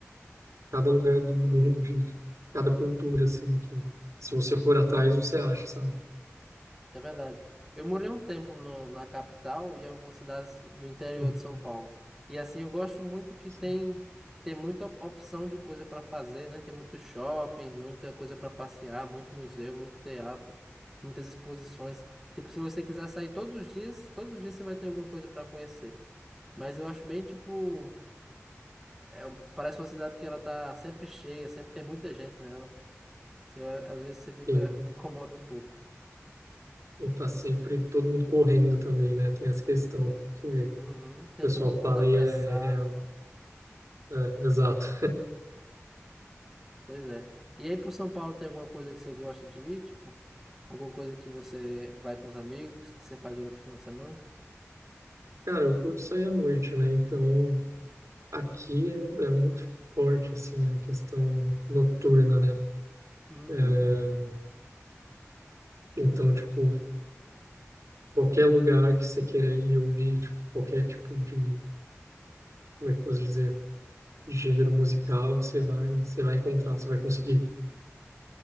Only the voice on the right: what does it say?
cada lugar do
mundo, de cada cultura, assim, né, que se você for atrás, você acha, sabe?
Hum,
sim.
E,
e tá sempre todo mundo correndo também, né? Tem essa questão que o
pessoal
fala
e é é real. É, exato.
Cara, eu curto sair à noite, né? Então, aqui é, é muito forte, assim, a questão noturna, né?
É, então, tipo, qualquer lugar que você queira ir ouvir, tipo, qualquer tipo de, como é que eu posso dizer? de gênero musical, você vai, você vai encontrar, você vai conseguir.